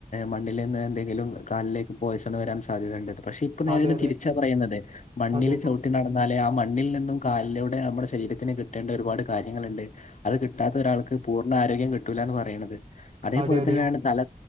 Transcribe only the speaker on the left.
മണ്ണിൽ നിന്ന് എന്തെങ്കിലും കാലിലേക്ക് പോയിസണ് വരാൻ സാധ്യതയുണ്ടത് പക്ഷെ ഇപ്പ നേരത്
തിരിച്ചാ പറയുന്നത് മണ്ണൽ
ചവി ട്ട നടന്നാേ ആ മണ്ണിൽ നിന്നും കാലിലൂടെ നമ്മുടെ ശരീരത്തിന് കിട്ടേണ്ട ഒരുപാട് കാര്യങ്ങളുണ്ട് അത് കിട്ടാത്ത ഒരാൾക്ക് പൂർണ്ണ ആരോഗ്യം കിട്ടൂല്ല എന്ന് പറയുന്നത് അതേപോലെ
തന്നെയാണ്. തല